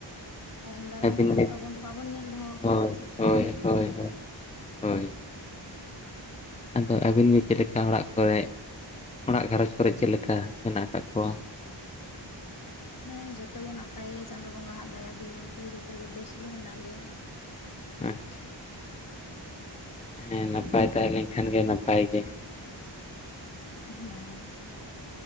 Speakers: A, on the left; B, on the left.
A: ᱛᱟᱭᱚᱢ ᱫᱟᱨᱟᱢ
B: ᱟᱹᱵᱤᱱ
A: ᱨᱮᱱᱟᱜ
B: ᱜᱮ
A: ᱛᱚ ᱟᱵᱚ ᱫᱚ ᱵᱟᱵᱚᱱ ᱧᱮᱞ ᱫᱚᱦᱚᱣ ᱠᱟᱜᱼᱟ
B: ᱦᱳᱭ
A: ᱦᱟᱸᱜ ᱪᱮᱫ ᱪᱤᱠᱟᱜ-ᱟ
B: ᱦᱳᱭ
A: ᱪᱮᱜ
B: ᱦᱳᱭ
A: ᱵᱟᱝ?
B: ᱦᱳᱭ᱾ ᱟᱫᱚ ᱟᱹᱵᱤᱱ ᱜᱮ ᱪᱮᱫ ᱞᱮᱠᱟ ᱚᱲᱟᱜ ᱠᱚᱨᱮᱜ, ᱚᱲᱟᱜ ᱜᱷᱟᱨᱚᱸᱡᱽ ᱠᱚᱨᱮ ᱪᱮᱫ ᱞᱮᱠᱟ ᱢᱮᱱᱟᱜ ᱟᱠᱟᱜ ᱠᱚᱣᱟ?
A: ᱦᱮᱸ ᱡᱚᱛᱚ ᱜᱮ ᱱᱟᱯᱟᱭ ᱜᱮ ᱪᱟᱸᱫᱳ ᱵᱚᱸᱜᱟ ᱦᱟᱜ ᱫᱟᱭᱟ ᱫᱩᱞᱟᱹᱲ ᱛᱮ ᱡᱚᱛᱚ ᱜᱮ ᱵᱮᱥ ᱜᱮ ᱢᱮᱱᱟᱜ ᱞᱮᱭᱟ᱾
B: ᱟᱸᱪᱪᱷᱟ ᱾ ᱦᱮᱸ ᱱᱟᱯᱟᱭ ᱛᱟᱦᱮᱸ ᱞᱮᱱ ᱠᱷᱟᱱ ᱜᱮ ᱱᱟᱯᱟᱭ ᱜᱮ᱾
A: ᱦᱮᱸ᱾